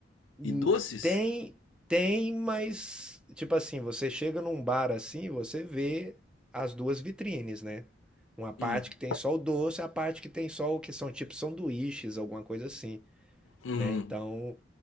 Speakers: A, in the centre; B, on the left.
A: Hum,
B: e doces?
A: Tem, tem, mas tipo assim, você chega num bar assim, você vê as duas vitrines, né? Uma parte
B: Hum,
A: que tem só o doce, a parte que tem só o que são tipo sanduíches, alguma coisa assim,
B: uhum,
A: né? Então,